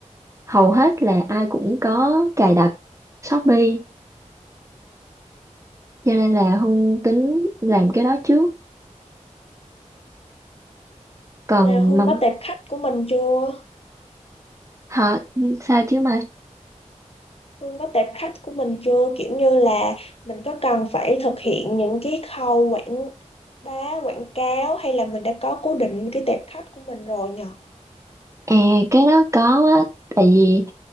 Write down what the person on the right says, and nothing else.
hầu hết là ai cũng có cài đặt Shopee cho nên là Hương
tính làm cái đó trước còn
mà
hả sao chứ mà.
À cái đó có á, tại vì